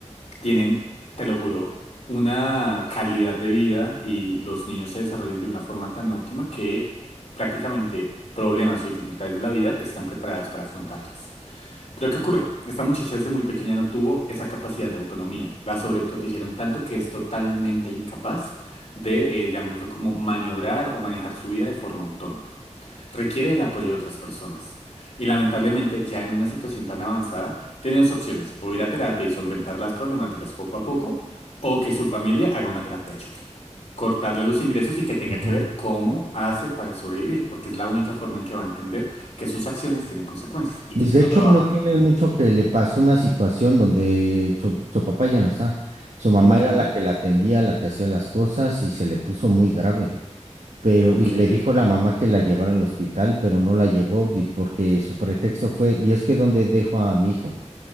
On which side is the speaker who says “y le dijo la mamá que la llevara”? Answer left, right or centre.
Right